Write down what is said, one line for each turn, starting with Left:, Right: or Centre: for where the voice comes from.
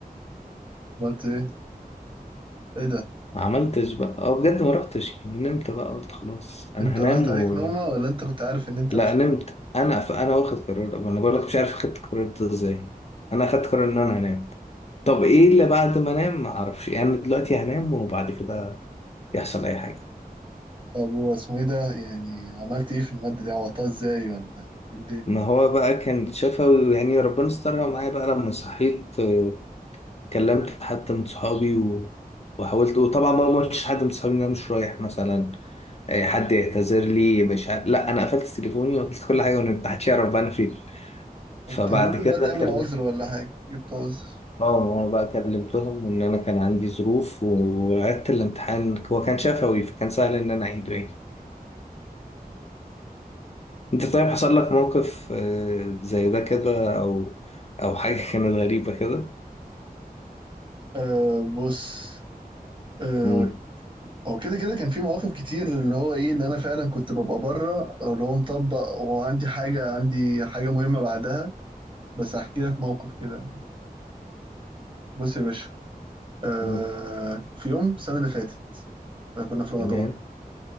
Right: عملت ايه؟ ايه ده؟
Left: <laughs> ما عملتش بقى اه بجد ما رحتش يعني نمت بقى قلت خلاص انا
Right: انت
Left: هنام
Right: راحت عليك
Left: و...
Right: نومة ولا انت كنت عارف ان انت
Left: لا
Right: مش
Left: نمت
Right: هتروح؟
Left: انا فانا واخد قرار طب انا بقول لك مش عارف خدت قرار ده ازاي انا اخدت قرار ان انا هنام طب ايه اللي بعد ما انام ما اعرفش يعني أنا دلوقتي هنام وبعد كده يحصل اي حاجه
Right: طب هو اسمه ايه ده؟ يعني عملت ايه في المادة دي؟ عوضتها ازاي ولا ايه الدنيا؟
Left: ما هو بقى كان شفوي يعني ربنا استرها معايا بقى لما صحيت آه، كلمت حد من صحابي و... وحاولت وطبعا بقى ما قلتش حد من صحابي ان انا مش رايح مثلا آه، حد يعتذر لي مش ه... لا انا قفلت تليفوني وقفلت كل حاجه وما حدش يعرف بقى انا فين فبعد
Right: انت ممكن
Left: كده
Right: بقى تعمل
Left: كلمت
Right: عذر ولا حاجة جبت عذر
Left: اه ما هو بقى كلمتهم ان انا كان عندي ظروف وعدت الامتحان هو كان شفوي فكان سهل ان انا اعيده يعني انت طيب حصل لك موقف آه، زي ده كده او او حاجة كانت غريبة كده
Right: آه بص آه
Left: مم.
Right: هو كده كده كان في مواقف كتير اللي هو ايه اللي انا فعلا كنت ببقى بره أو اللي هو مطبق وعندي حاجه عندي حاجه مهمه بعدها بس هحكي لك موقف كده بص يا باشا آه
Left: مم.
Right: في يوم السنه اللي فاتت آه، كنا في رمضان
Left: تمام